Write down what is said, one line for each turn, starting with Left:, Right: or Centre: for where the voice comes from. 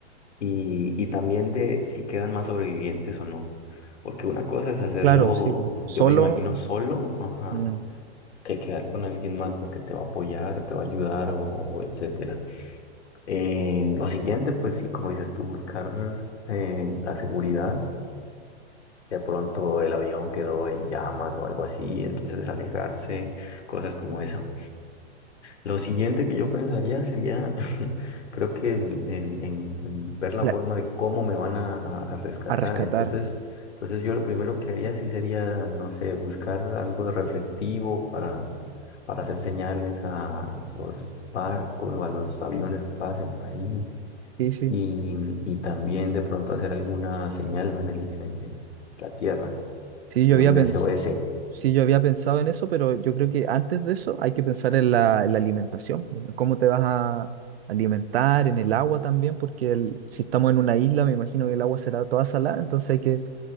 Left: Y, y también de si quedan más sobrevivientes o no. Porque una cosa es hacerlo,
Right: Claro, sí, po. Solo
Left: yo me imagino solo, ajá,
Right: mm,
Left: que quedar con alguien más pues, que te va a apoyar, te va a ayudar o o etcétera. Eh, lo siguiente, pues sí, como dices tú, buscar eh, la seguridad. De pronto el avión quedó en llamas o algo así, entonces alejarse, cosas como esa. Lo siguiente que yo pensaría sería, <laughs> creo que en, en- en- en ver la
Right: la-
Left: forma de cómo me van a, a- a rescatar.
Right: a rescatar.
Left: Entonces, entonces yo lo primero que haría sí sería, no sé, buscar algo de reflectivo para, para hacer señales a los barcos o a los aviones que pasen por ahí
Right: Sí, sí.
Left: y, y también de pronto hacer alguna señal, ¿no? en el, en el- en la Tierra,
Right: Sí,
Left: eh,
Right: yo había
Left: un
Right: pensado.
Left: SOS.
Right: Sí, yo había pensado en eso, pero yo creo que antes de eso hay que pensar en la, en la alimentación, ¿no? en cómo te vas a alimentar, en el agua también, porque el- si estamos en una isla, me imagino que el agua será toda salada, entonces hay que